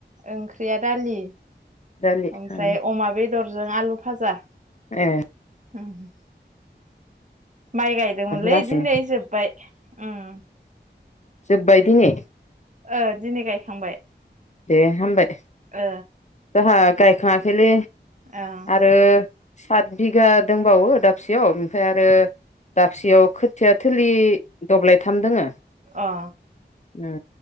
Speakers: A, on the right (about 40°); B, on the left (about 40°).
A: ओंख्रिया दालि
B: दालि
A: ओमफ्राय
B: ओं
A: अमा बेदरजों आलु फाजा
B: ए
A: ओम माइ गायदोंमोनलै
B: लासैनो
A: दिनै जोबबाय उम
B: जोब्बाय दिनि
A: ओ दिनै गायखांबाय
B: ए हामबाय
A: ओ
B: जोंहा गायखाङाखैलै
A: ओं
B: आरो सात बिगा दंबावो दाबसेयाव ओमफ्राय आरो दाबसेयाव खो थिया थोलि दब्लायथाम दोङो
A: अ
B: उम